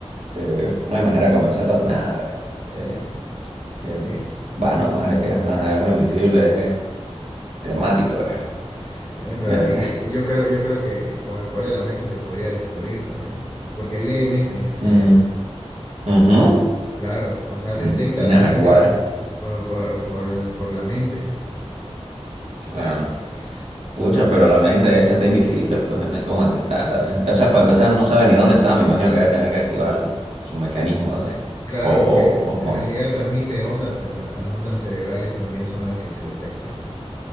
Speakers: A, on the right; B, on the left.
A: eh, no hay manera de convencerlo de nada. Eh, el,
B: Sí.
A: va nomás, viejo. Ajá, el hombre invisible es temático, viejo.
B: Eh,
A: Eh,
B: pero ahí, yo creo, yo creo que con el poder de la mente te podría descubrir también, porque lee mentes en realidad.
A: mm, ujú.
B: Claro, o sea, detecta
A: Mm, Náguara,
B: a la gente por, por, por, por la mente.
A: claro. Fucha, pero la mente esa está invisible, pues no hay cómo detectarla. eh. O sea, para empezar, no sabe ni dónde está. Me imagino que debe tener que activar su, su mecanismo de.
B: Claro,
A: O, o,
B: porque
A: o
B: en
A: con-
B: realidad transmite ondas, pues la- las ondas cerebrales también son las que se detectan. ¿no?